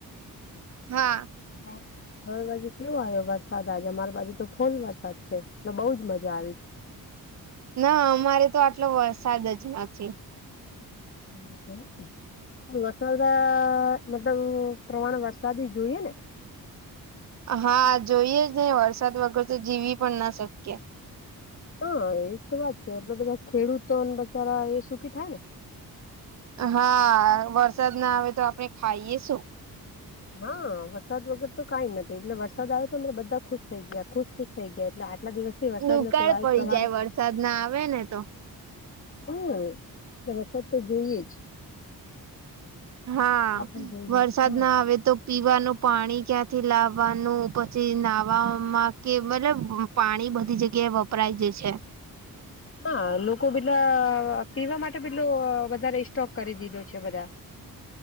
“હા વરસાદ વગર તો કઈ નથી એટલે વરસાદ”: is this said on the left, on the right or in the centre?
Left